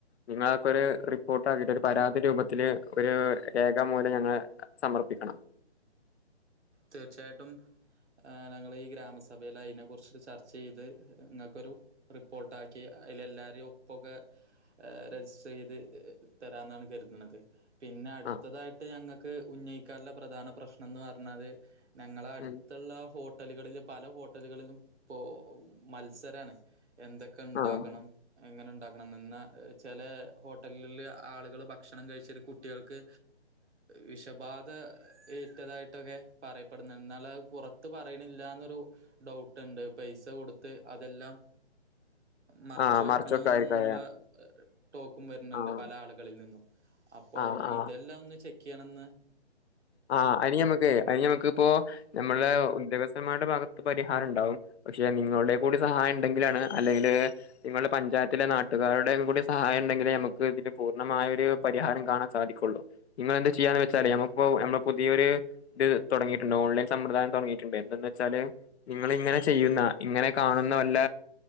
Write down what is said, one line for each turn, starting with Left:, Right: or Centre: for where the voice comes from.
Left: നിങ്ങളക്കെ ഒരു റിപ്പോർട്ട് ആക്കിട്ട ഒരു പരാതി രൂപത്തില് ഒരു രേഖാമൂലം ഞങ്ൾ സമർപ്പിക്കണം
Right: തീർച്ചയായിട്ടും ആ ഞങ്ങൾ ഈ ഗ്രാമസഭയിൽ അതിനെ കുറിച്ച ചർച്ച ചെയ്ത് നിങ്ങൾക്കൊരു റിപ്പോർട്ട ആാക്കി അതിൽ എല്ലാരും ഒപ്പൊക്കെ രജിസ്റ്റർ ചെയ്ത് തരാന്നാണ് കരുതുന്നത് പിന്നെ അടുത്തതായിട്ട്
Left: ആഹ്
Right: ഞങ്ങക്ക് ഉഞ്ഞയിക്കാരിലെ പ്രധാന പ്രശ്നം എന്ന് പറഞ്ഞത് ഞങ്ങള അടുത്തുള്ള
Left: ഉം
Right: ഹോട്ടലുകളിൽ പല ഹോട്ടലുകളിലും ഇപ്പോ മത്സരണ് എന്തൊക്കെ ഉണ്ടാക്കണം
Left: ആഹ്
Right: എങ്ങനെ ഉണ്ടാക്കണം എന്ന ചില ഹോട്ടലില് ആളുകൾ ഭക്ഷണം കഴിച്ചട്ട കുട്ടികൾക്ക് വിഷബാധ ഏറ്റതായിട്ടൊക്കെ പറയപ്പെടുന്നു. എന്നാല അഅ് പൊ റത്ത് പറയണില്ലാന്നൊരു ഡൗട്ട്ണ്ട്. പൈസ കൊടുത്ത് അതെല്ലാം മറച്ച്
Left: ആഹ്
Right: വെക്ക്ണ്
Left: മറിച്ചൊക്കെ
Right: ന്നുള്ള
Left: ആയിരിക്കും
Right: ടോക്കും വര്ണ്ണ്ണ്ട്
Left: ആഹ്
Right: പല ആളുകളിൽ നിന്നും. അപ്പോ
Left: ആഹ് ആഹ്
Right: ഇതെല്ലാം ഒന്ന് ചെ ക്കെയ്യണെന്ന്
Left: ആഹ് അതിന് ഞമ്മക്കെ അതി ഞമക്ക് ഇപ്പോ നമ്മളുടെ ഉദ്യോഗസ്ഥന്മാരുടെ ഭാഗത്ത് പരിഹാരം ഉണ്ടാവും പക്ഷെ നിങ്ങളുടെ കൂടി സഹായം ഉണ്ടെങ്കിലാണ് അല്ലെങ്കിൽ നിങ്ങളുടെ പഞ്ചായത്തിലെ നാട്ടുകാരുടെ കൂടി സഹായം ഉണ്ടെങ്കിലേ നമുക്ക് ഇതിൽ പൂർണ്ണമായ ഒരു പരിഹാരം കാണാൻ സാധിക്കുള്ളു നിങ്ങ എന്ത് ചെയ്യാന്ന് വെച്ചാല് നക്ക് ഇപ്പോ നമ്മള് പുതിയൊരു ഇത് തുടങ്ങിയിട്ടുണ്ട് ഓൺലൈൻ സമ്പ്രദായം തുടങ്ങിയിട്ടുണ്ട് എന്തെന്ന് വെച്ചാല് നിങ്ങ ഇങ്ങനെ ചെയ്യുന്ന ഇങ്ങനെ കാണുന്ന വല്ല